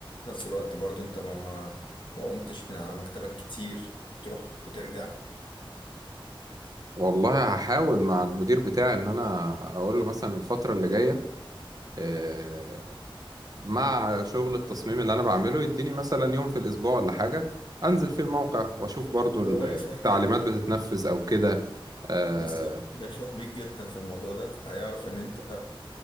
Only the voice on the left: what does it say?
نفس الوقت برضو انت ما ما قمتش من على مكتبك كتير تروح وترجع
هو يفرح جدا
بالظبط هيفرح بيك جدا في الموضوع ده هيعرف ان انت